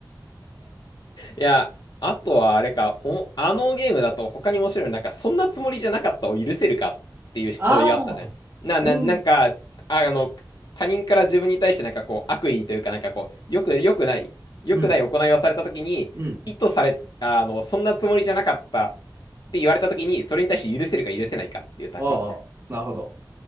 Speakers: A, on the left; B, on the right.
A: いや、あとはあれか、お、あのゲームだと他に面白いの、なんか、そんなつもりじゃなかったを許せるかっていう問いがあったじゃん。
B: あ
A: な、な、
B: あ、うん、
A: なんか、あ、あの、他人から自分に対してなんかこう、悪意というか、なんかこう、よく、よくない、よくない行いをされたときに、
B: うん、うん。
A: 意図され、あの、そんなつもりじゃなかったって言われたときに、それに対して許せるか許せないかっていうタク。
B: ああ、なるほど。